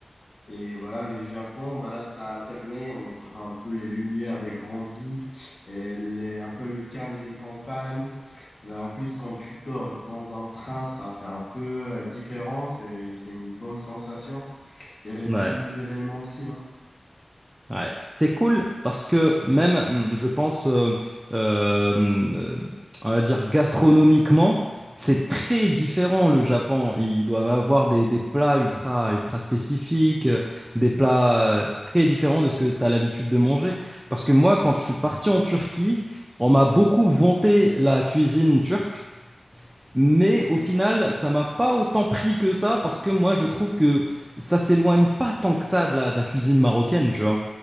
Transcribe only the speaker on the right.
Ouais.
Ouais. C'est cool parce que même, hum, je pense, euh, euh, hum, euh, on va dire gastronomiquement, c'est très différent le Japon. Ils doivent avoir des, des plats ultra, ultra spécifiques, euh, des plats euh, très différents de ce que tu as l'habitude de manger. Parce que moi, quand je suis parti en Turquie, on m'a beaucoup vanté la cuisine turque. Mais au final, ça m'a pas autant pris que ça parce que moi, je trouve que ça s'éloigne pas tant que ça de la, de la cuisine marocaine, tu vois.